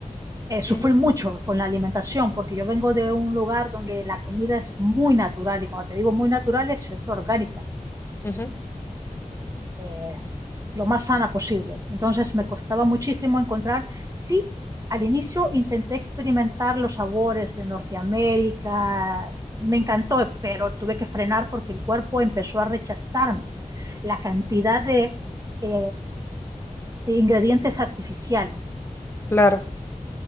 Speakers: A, on the right (about 25°); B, on the left (about 20°).
A: eh, sufrí
B: Ujú,
A: mucho con la alimentación porque yo vengo de un lugar donde la comida es muy natural y cuando te digo muy natural es, es orgánica.
B: ujú.
A: eh, lo más sana posible. Entonces me costaba muchísimo encontrar, sí, al inicio intenté experimentar los sabores de Norteamérica, me encantó, pero tuve que frenar porque el cuerpo empezó a rechazarme la cantidad de, eh, de ingredientes artificiales.
B: Claro,